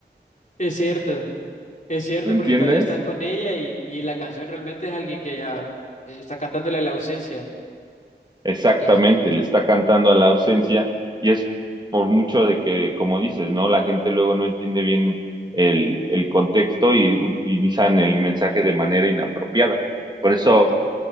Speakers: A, on the left (about 45°); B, on the right (about 25°).
A: Es cierto, es cierto,
B: ¿Me entiendes?
A: porque todavía estás con ella y, y la canción realmente es alguien que ya eh, está cantándole a la ausencia.
B: Exactamente,
A: Es-
B: le está cantando a la ausencia y es por mucho de que, como dices, ¿no? La gente luego no entiende bien el, el contexto y utilizan el mensaje de manera inapropiada. Por eso